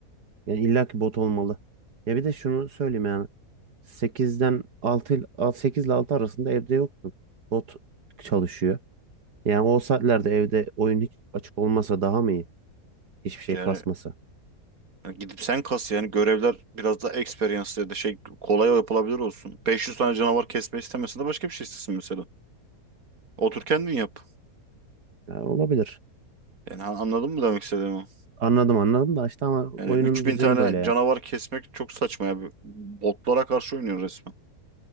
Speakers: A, on the right; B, on the right.
A: Yani illa ki bot olmalı. Ya bir de şunu söyleyeyim yani 8'den 6 ile 8 ile 6 arasında evde yoksun. Bot çalışıyor. Yani o saatlerde evde oyun hiç açık olmasa daha mı iyi? Hiçbir şey
B: Yani
A: kasmasa.
B: yani gidip sen kas yani görevler biraz daha experience ya da şey kolay yapılabilir olsun. 500 tane canavar kesme istemiyorsan de başka bir şey istesin mesela. Otur kendin yap.
A: Ya olabilir.
B: Yani ha- anladın mı demek istediğimi?
A: Anladım anladım da işte ama
B: Yani
A: oyunun
B: 3000
A: düzeni
B: tane
A: böyle ya.
B: canavar kesmek çok saçma ya. Botlara karşı oynuyor resmen.